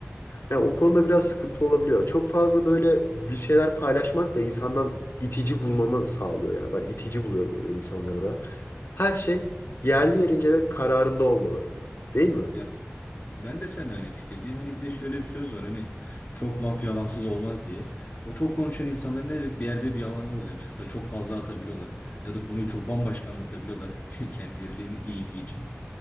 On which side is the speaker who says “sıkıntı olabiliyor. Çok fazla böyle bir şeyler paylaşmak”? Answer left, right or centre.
Left